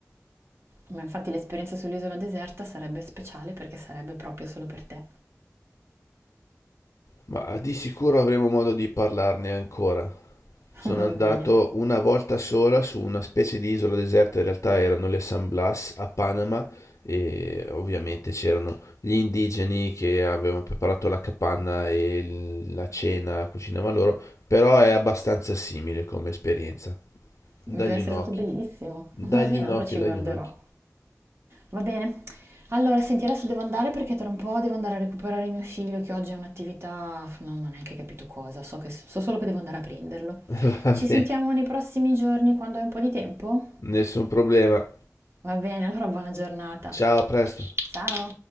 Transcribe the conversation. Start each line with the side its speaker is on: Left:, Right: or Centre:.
Right: Ma infatti l'esperienza sull'isola deserta sarebbe speciale perché sarebbe proprio solo per te.
Left: Ma di sicuro avremo modo di parlarne ancora.
Right: <laughs>
Left: Sono
Right: Va
Left: andato
Right: bene,
Left: una volta sola su una specie di isola deserta, in realtà erano le San Blas a Panama e ovviamente c'erano gli indigeni che avevano preparato la capanna e il- la cena cucinavano loro, però è abbastanza simile come esperienza. Dagli
Right: deve essere
Left: un occhio,
Right: stato bellissimo.
Left: dagli
Right: <laughs> Va bene,
Left: un
Right: allora
Left: occhio,
Right: ci
Left: dagli
Right: guarderò.
Left: un occhio.
Right: Va bene. Allora, senti, adesso devo andare perché tra un po' devo andare a recuperare mio figlio che oggi è un'attività, non ho neanche capito cosa, so che- so solo che devo andare a prenderlo.
Left: <laughs> Va
Right: Ci sentiamo
Left: bene,
Right: nei prossimi giorni quando hai un po' di tempo?
Left: nessun problema.
Right: Va bene, allora buona giornata.
Left: Ciao, a presto.
Right: Ciao.